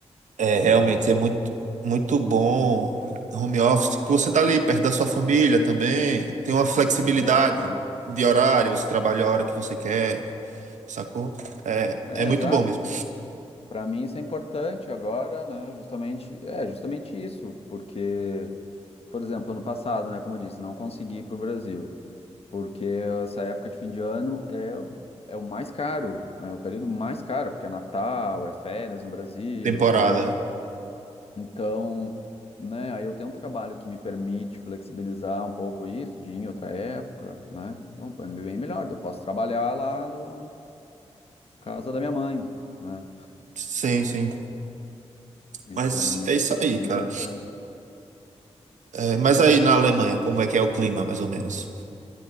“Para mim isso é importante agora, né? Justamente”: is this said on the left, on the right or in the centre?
Left